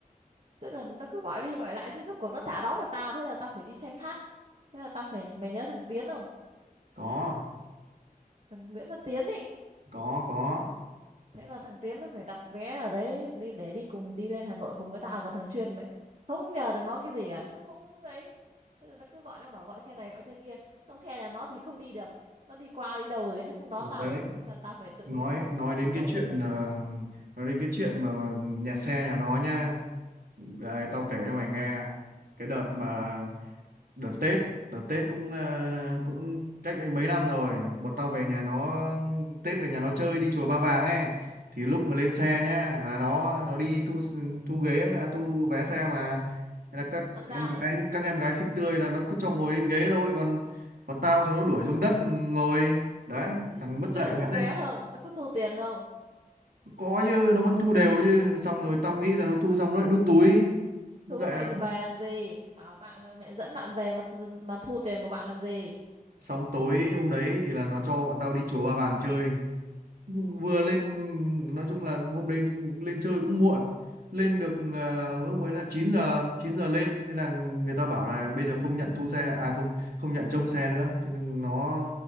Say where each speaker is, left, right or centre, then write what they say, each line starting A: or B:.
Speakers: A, on the right; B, on the right.
A: tức là nó cứ gọi đi gọi lại thế rốt cuộc nó chả đón được tao thế là tao phải đi xe khác thế là tao phải mày nhớ thằng Tiến không
B: có
A: thằng Nguyễn Văn Tiến ý
B: có có
A: thế là thằng Tiến nó phải đặt vé ở đấy đi để đi cùng đi lên Hà Nội cùng với tao còn thằng Chuyên vậy không nhờ được nó cái gì cả nó không ấy thế là nó cứ gọi nó bảo gọi xe này gọi xe kia trong xe nhà nó thì không đi được nó đi qua đi đâu rồi nó không đón
B: Ủa
A: tao
B: đấy
A: được thế là tao phải tự
B: nói
A: đi về
B: nói đến
A: Hà Nội
B: cái chuyện
A: một mình
B: ờ, nói đến cái chuyện mà, mà nhà xe nhà nó nha đây tao kể cho mày nghe cái đợt mà đợt Tết đợt Tết cũng à, cũng cách ấy mấy năm rồi bọn tao về nhà nó Tết về nhà nó chơi đi chùa Ba Vàng ấy thì lúc mà lên xe nhá là nó nó đi thu thu ghế à, thu vé xe mà Thế là các
A: ăn gian
B: em
A: rồi
B: gái các em gái xinh tươi là nó cứ cho ngồi lên ghế thôi còn còn tao thì nó đuổi xuống đất ngồi đấy
A: <laughs>
B: thằng mất
A: nó, nó
B: dạy
A: thu
B: thật
A: vé
B: đấy
A: không nó có thu tiền không
B: có chứ nó vẫn thu đều chứ xong rồi tao nghĩ là nó thu xong nó lại đút túi mất
A: Thu
B: dạy
A: vậy
B: lắm
A: thì về làm gì? Bảo bạn là mẹ dẫn bạn về mà mà thu tiền của bạn làm gì?
B: xong tối hôm đấy thì là nó cho bọn tao đi chùa Ba Vàng chơi vừa lên nói chung là hôm đấy lên chơi cũng muộn lên được à, lúc ấy là chín giờ 9 giờ lên thế là người ta bảo là bây giờ không nhận thu xe à không không nhận trông xe nữa thế nên nó